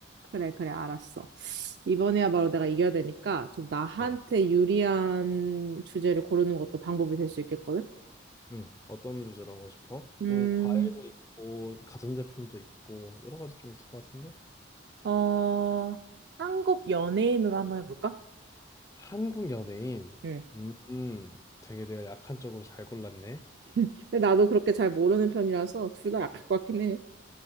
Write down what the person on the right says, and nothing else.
그래, 그래, 알았어. 이번에야말로 내가 이겨야 되니까 좀 나한테
유리한 주제를 고르는 것도 방법이 될 수 있겠거든.
음,
어, 한국 연예인으로 한번 해볼까?
응.
<laughs> 근데 나도 그렇게 잘 모르는 편이라서 둘 다 약할 것 같긴 해.